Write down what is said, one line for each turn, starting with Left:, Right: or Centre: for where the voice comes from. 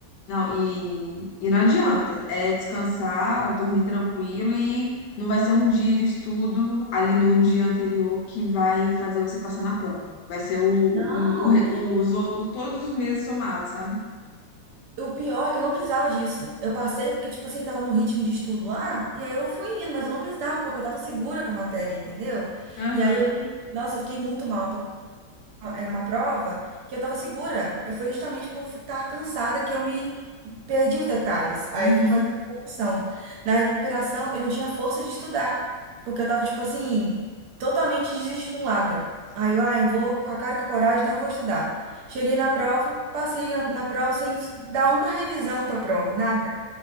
Left: Não, e, e não adianta. É descansar, dormir tranquilo e não vai ser um dia de estudo ali no dia anterior que vai fazer você passar na prova. Vai ser o, o,
Right: Não.
Left: o, re- os, o- o- todos os meses somados, sabe?
Right: O pior é que eu não precisava disso. Eu passei porque, tipo assim, tava no ritmo de estudo lá, e aí eu fui indo, mas eu não precisava, porque eu tava segura com a matéria, entendeu?
Left: Aham,
Right: E aí eu fiquei, nossa, eu fiquei muito mal, era uma prova que eu tava segura. Eu fui justamente por estar cansada que eu me perdi os detalhes. Aí
Left: uhum,
Right: eu fui fazer recuperação. Na recuperação, eu não tinha força de estudar, porque eu tava, tipo assim, totalmente desestimulada. Aí eu, ah, eu vou com a cara e com a coragem, não vou estudar. Cheguei na prova, passei na, na prova sem dar uma revisão para a prova, nada.